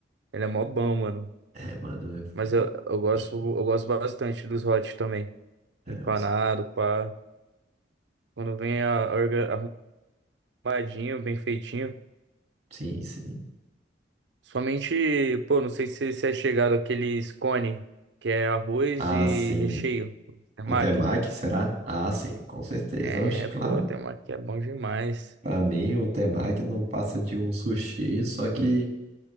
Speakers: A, on the right; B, on the right.
A: Ele é mó bom, mano.
B: É, mano. É,
A: Mas eu, eu gosto,
B: acho-
A: eu gosto bastante dos hot também.
B: é,
A: Empanado,
B: uns-
A: pá. Quando vem a, orga- arrumadinho, bem feitinho.
B: Sim, sim.
A: Somente, pô, não sei se você é chegado àqueles cone, que é arroz
B: Ah,
A: e
B: sim.
A: recheio, temaki.
B: O temaki, será? Ah, sim, com certeza.
A: É,
B: Oxe, claro.
A: pô, tem uma que é bom demais.
B: Pra mim, o temaki não passa de um sushi, só que